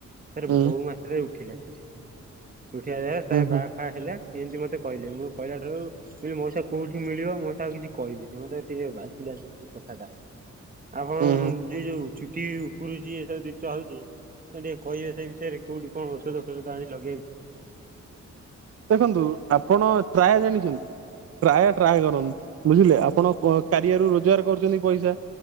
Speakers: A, on the right (about 30°); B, on the right (about 55°).
A: ତାର
B: ହୁଁ
A: ବହୁ ମାତ୍ରାରେ ଉଠିଲା ଚୁଟି। ଉଠି ଆଇଲା ତା
B: ହୁଁ
A: ବା
B: ହୁଁ
A: ଫା ହେଲା ଏମିତି ମତେ କହିଲେ ମୁଁ କହିଲାଠାରୁ ମୁଁ କହିଲି ମଉସା କଉଠି ମିଳିବ ମାଉସା ଆଉ କିଛି କହିଲେନି। ମତେ ଭାରି ଟିକେ ବାଧିଲା। ସେଇ କଥାଟା ଆଉ ହଁ
B: ହୁଁ
A: ଯେ ଯୋଉ ଚୁଟ ଚୁଟି ଉପୁଡୂଛି ଏସବୁ ଜିନିଷ ହଉଛି ତମେ ଟିକେ କହିବେ ସେ ବିଷୟରେ କୋଉଠି କଣ ଔଷ ଶଧ ଫୋଷଧ ଆଣି ଲଗେଇବାକୁ
B: ଦେଖନ୍ତୁ ଆପଣ ଟ୍ରାୟା ଜାଣିଛନ୍ତି? ଟ୍ରାୟା ଟ୍ରାଏ କରନ୍ତୁ। ବୁଝିଲେ ଆପଣ କ କାରିଆରୁ ରୋଜଗାର କରୁଛନ୍ତି ପଇସା